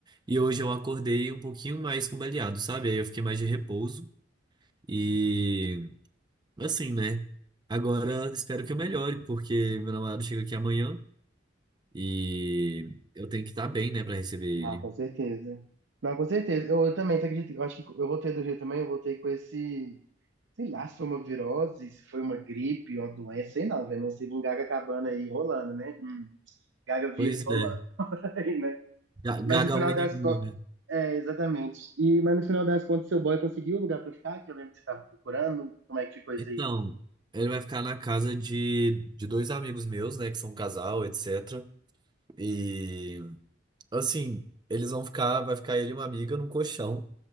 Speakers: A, on the right; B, on the right.
A: E hoje eu acordei um pouquinho mais cambaleado, sabe? Aí eu fiquei mais de repouso. E Assim, né? Agora espero que eu melhore, porque meu namorado chega aqui amanhã e eu tenho que estar bem, né, pra receber ele.
B: Não, com certeza. Não, com certeza. Eu, eu também, você acredita? Eu acho que eu voltei do Rio também, eu voltei com esse... Sei lá se foi uma virose, se foi uma gripe, uma doença, sei não, velho, mas teve um gaga cabana aí rolando, né? Gaga vírus
A: Pois
B: rolando
A: é,
B: <laughs> aí, né?
A: Ga-
B: Mas
A: H1N1,
B: no final das,
A: né?
B: É, exatamente. E, mas no final das contas, seu boy conseguiu o lugar pra ficar, que eu lembro que você tava procurando. Como é que ficou isso
A: Então,
B: aí?
A: ele vai ficar na casa de, de dois amigos meus, né, que são um casal, etc. E, assim, eles vão ficar, vai ficar ele e uma amiga num colchão.